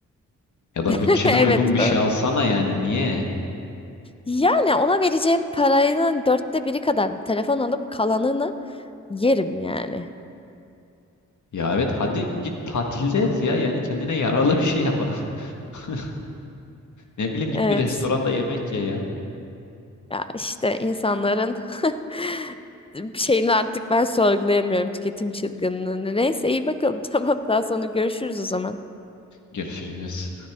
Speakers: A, on the left (about 65°); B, on the left (about 15°).
A: Ya da
B: <laughs>
A: bütçene
B: Evet.
A: uygun bir şey alsana yani niye?
B: Yani ona vereceğim paranın dörtte biri kadar bir telefon alıp kalanını yerim yani.
A: Ya evet hadi git tatildeyiz ya. Yani kendine yaralı bir şey yap. <laughs> Ne bileyim git
B: Evet.
A: bir restoranda yemek ye ya.
B: Ya işte insanların <laughs> bir şeyini artık ben sorgulayamıyorum tüketim çılgınlığını. Neyse iyi bakalım. <laughs> Tamam daha sonra görüşürüz o zaman.
A: Görüşürüz.